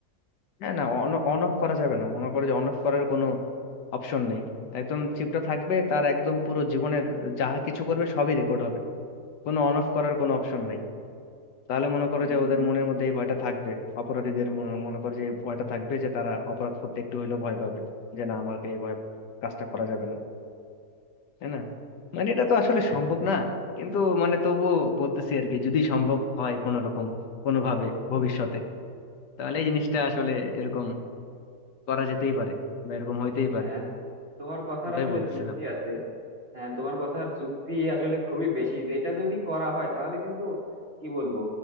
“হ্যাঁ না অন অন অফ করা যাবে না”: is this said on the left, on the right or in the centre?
Left